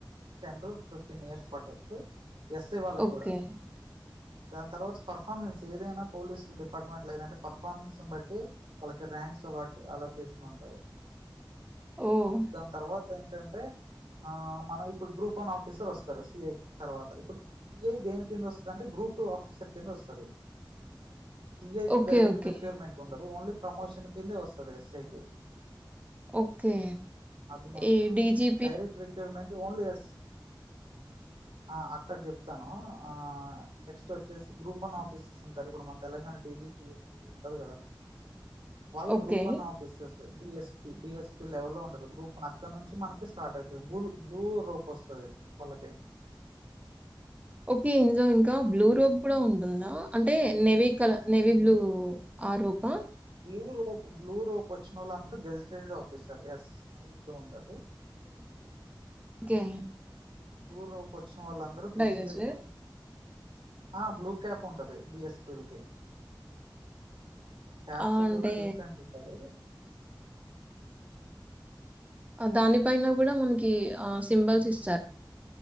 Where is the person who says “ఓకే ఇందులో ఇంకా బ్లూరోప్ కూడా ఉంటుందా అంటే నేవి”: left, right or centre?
Right